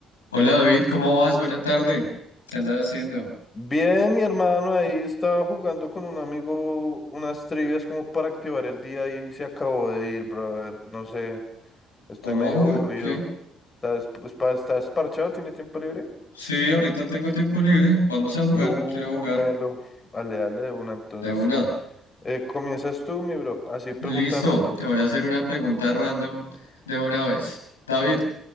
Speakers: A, on the left; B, on the left.
A: Hola David, ¿cómo vas? Buena tarde. ¿Qué andas haciendo?
B: Bien, mi hermano ahí estaba jugando con un amigo unas trivias como para activar el día y se acabó de ir, brother. No sé, estoy
A: ¿Vamos
B: medio
A: a jugar
B: aburrido.
A: o qué?
B: ¿Estás, pues, pa- estás parchado? ¿Tiene tiempo libre?
A: Sí, ahorita tengo tiempo libre. Vamos a jugar.
B: Uy,
A: Quiero jugar.
B: Melo. Dale, dale de una. Entonces,
A: De una.
B: eh, comienzas tú, mi bro. Así pregunta
A: Listo.
B: random.
A: Te voy a hacer una pregunta random de una vez. David,